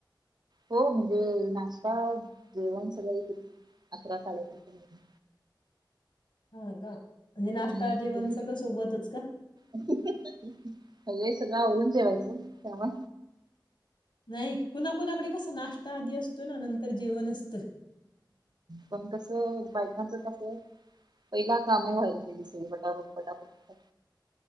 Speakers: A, on the right; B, on the left.
A: हो म्हणजे नाश्ता जेवण सगळे अकरा साडे अकरा पर्यंत
B: ह का म्हणजे नाश्ता
A: <unintelligible>
B: जेवण सगळं सोबतच का?
A: सगळी सगळं आवरून ठेवायचं त्यावा
B: नाही कुणाकुणाकडे कस नाश्ता आधी असतो ना नंतर जेवण असतं
A: पण कसं बायकांच तस पहिला काम व्हायलं पायजेत सगळी पटापट पटापट पटापट